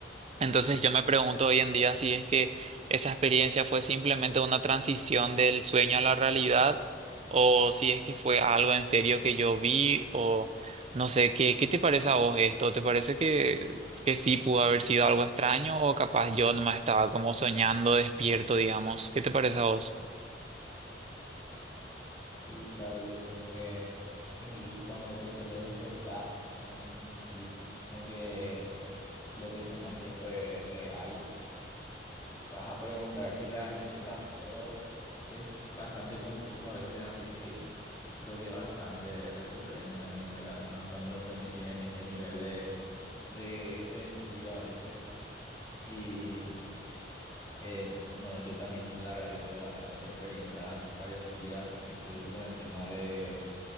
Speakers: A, on the right; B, on the left.
A: Entonces yo me pregunto hoy en día si es que esa experiencia fue simplemente una transición del sueño a la realidad o si es que fue algo en serio que yo vi o no sé, ¿qué, qué te parece a vos esto? ¿Te parece que, que sí pudo haber sido algo extraño o capaz yo nomás estaba como soñando despierto, digamos? ¿Qué te parece a vos?
B: Sí, claro, yo siento que incluso cuando te solés despertar, bien sentís como que lo que soñaste fue real. Vas a preguntar si realmente pasó. Es bastante confuso a veces, así que creo que es bastante recurrente también, ¿verdad? Además, cuando los sueños tienen este nivel de, de sentido a veces. Y eh, bueno, yo también la verdad que tuve bastantes experiencias parecidas, incluso con el tema de